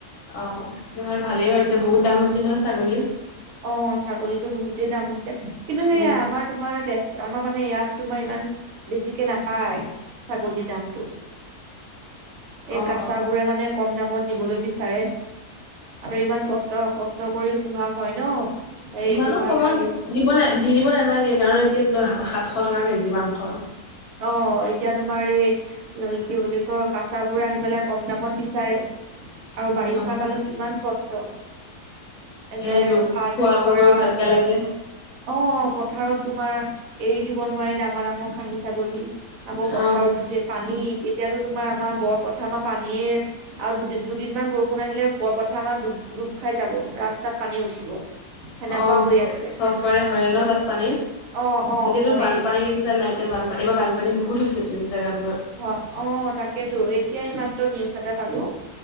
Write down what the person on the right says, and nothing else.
অ ছাগলীতো বহুতেই দাম হৈছে কিন্তু সেইয়া
আমাৰ তোমাৰ আমাৰ মানে ইয়াত তোমাৰ ইমান বেছিকে নাপায় ছাগলীৰ দামতটো এ
কাছাবোৰে
মানে কম দামত নিবলৈ বিচাৰে আৰু ইমান কষ্ট কষ্ট কৰি পোহা হয় ন এই
তোমাৰ
খাহী
অ এতিয়া তোমাৰ এই কি বুলি কয় কাছাৰ বোৰে আহি পেলাই কম দামত বিচাৰে আৰু বাৰিষা
কালত কিমান কষ্ট তাকে
পাত
বিচৰা
অ পথাৰত তোমাৰ এৰি দিব নোৱাৰি ডাঙৰ ডাঙৰ খাহী ছাগলী আকৌ পথাৰত
গোটেই পানী এতিয়াতো তোমাৰ আমাৰ বৰপথাৰ আমাৰ পানীয়ে আৰু দুদিন দুদিনমান বৰষুণ আহিলে ওপৰপথাৰ আমাৰ ডু ডুব খাই যাব ৰাস্তাত পানী উঠিব। সেনেকুৱা
হৈ আছে
অ অ হয়েই
হয় অ তাকেতো এতিয়া ই মাত্ৰ নিউজ এটা পালো